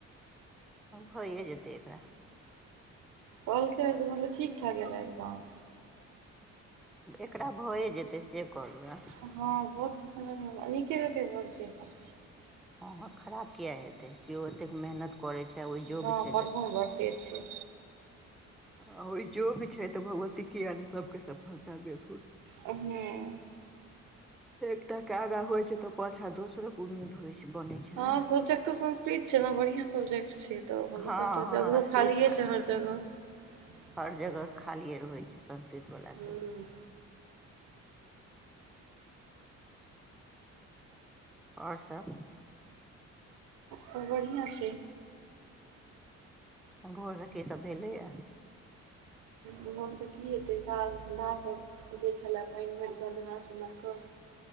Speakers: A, in the centre; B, on the right (about 80°).
A: भइए जेतै एकरा।
B: कहलके मतलब ठीक- ठाक गेल हे एग्जाम।
A: एकरा भए जेतै से कहलहु हें।
B: हँ बहुत सुन्दर अ नीके हतै भऽ जत्ते अपन।
A: हँ, हँ खराब किया हेतै, कीयो ओतेक मेहनत। करै छै ओहि योग्य
B: हँ
A: छै
B: पढ़हो
A: तऽ
B: में बड तेज छै।
A: आ ओहि योग्य छै तऽ भगवती किये नहि सभके सफलता देथुन।
B: हूं।
A: एकटा के आगा होइ छै तऽ पाछा दोसरो के उम्मीद होइ छै, बनै छै
B: हँ
A: ने।
B: सब्जेक्टो संस्। कृत छै ने बढ़ियां सब्जेक्ट छै। तऽ म
A: हँ
B: तऽ
A: हँ
B: जगहो
A: अस्तित्व
B: खालिये छै हर जगह।
A: हर जगह खालिए रहै छै संस्कृतवलाके।
B: हूँ
A: आओर सब।
B: सब बढ़िआँ छै।
A: भोर से की सभ भेलैए।
B: भोर स की हेतै काज-धन्धा सभ। जे छलै पाइनभइर क नहा-सुना कऽ।